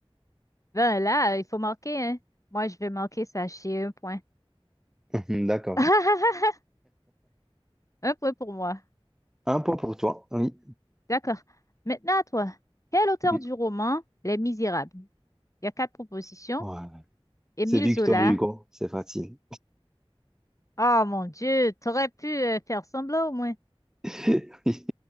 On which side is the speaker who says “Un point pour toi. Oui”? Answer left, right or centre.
Centre